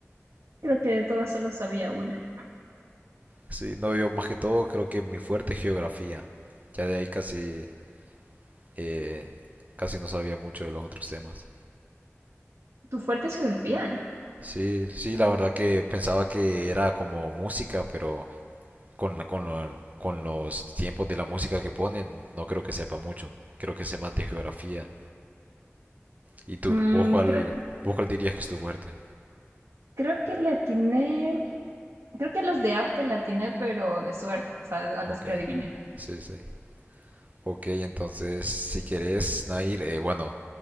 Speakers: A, on the right; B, on the right.
A: Creo que de todas solo sabía una.
B: Sí, no, yo más que todo creo que mi fuerte es geografía, ya de ahí casi, eh, casi no sabía mucho de los otros temas.
A: ¿Tu fuerte es geografía?
B: Sí, sí, la verdad que pensaba que era como música, pero con, la- con, lo- con los tiempos de la música que ponen, no creo que sepa mucho, creo que sé más de geografía. ¿Y tú,
A: Mm,
B: vos cuál,
A: creo,
B: vos cuál dirías que es tu fuerte?
A: creo que le atiné. Creo que los de arte la atiné, pero de suerte, o sea, a los
B: Ok,
A: que adiviné.
B: sí, sí. Ok, entonces si querés, Nair, eh, bueno,